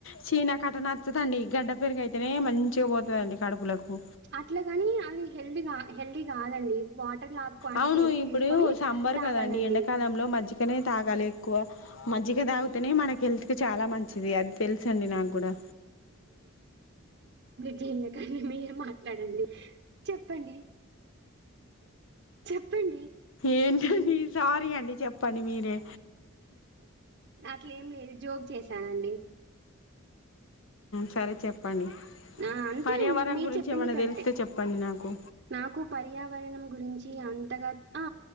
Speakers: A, on the left (about 70°); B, on the right (about 55°).
A: చీనా కట్ట నచ్చదండి గడ్డ పెరుగ అయితేనే మంచి బోతు వ అండి కడపులకుకు
B: అట్లా గాని అది హెల్తీగకా హెల్దీ కాదండి వాటర్ లా క్వాంటిటీ
A: అవును
B: ఎక్కువ
A: ఇప్పుడు
B: తీసుకొని
A: సాంబార్
B: తాగాలండి
A: కదండి ఎండాకాలంలో మజ్జిగనే తాగాలి ఎక్కువ మజ్జిగ తాగితేనే మనకి హెల్త్ కి చాలా మంచిది అది తెలుస అండి నాకు కూడా
B: స అ మీరు మాట్లాడండి చెప్పండి చెప్పండి
A: ఏంటీ అండి సారీ అండి చెప్పండి మీరే
B: అట్లే ఏం లేదు జోక్ చేశానండి
A: సరే చెప్పండి
B: ఆ! అంతే
A: పర్యావరణ
B: అండి. మీరు
A: గురించి
B: చెప్పింది
A: ఏమైన్నా
B: కరెక్టే.
A: తెలిస్తే చెప్పండి నాకు
B: నాకు పర్యావర్ణం గురించి అంతగా ఆ